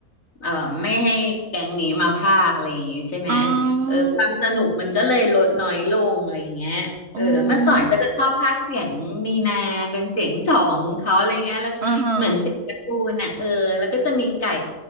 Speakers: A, on the left (about 65°); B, on the right (about 55°).
A: เออไม่ให้แก๊งนี้มาภาคอะไรอย่างงี้ใช่ไหม
B: อ๋อ
A: เออความสนุกมันก็เลยลดน้อยลงอะไรอย่างเงี้ยเออเมื่อก่อนเขาจะชอบภาคเสียงมีนาเป็นเสียงสองเขาอะไรเงี้ยแล้วก็เหมือนเสียงการ์ตูนน่ะเออแล้วก็จะมีไก่
B: อืมอ่าฮะ